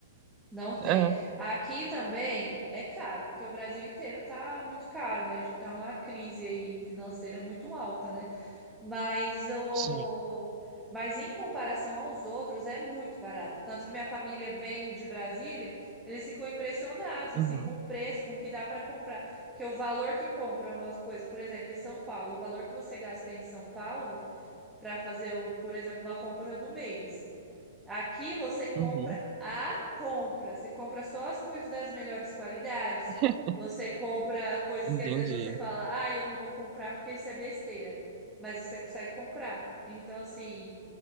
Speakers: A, in the centre; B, on the right.
A: Não tem.
B: É,
A: Aqui também é caro, porque o Brasil inteiro tá muito caro, né? A gente tá numa crise aí financeira muito alta, né? Mas o
B: sim.
A: mas em comparação aos outros é muito barato. Tanto que minha família vem de Brasília, eles ficam impressionados assim
B: Uhum,
A: com o preço, com o que dá para comprar, que o valor que compra umas coisas, por exemplo, em São Paulo, o valor que você gasta em São Paulo para fazer, por exemplo, uma compra do mês. Aqui você compra
B: uhum.
A: a compra, você compra só as coisas das melhores qualidades.
B: <laughs>
A: Você compra coisas
B: Entendi.
A: que às vezes você fala, ah, eu não vou comprar porque isso é besteira, mas você consegue comprar. Então, assim,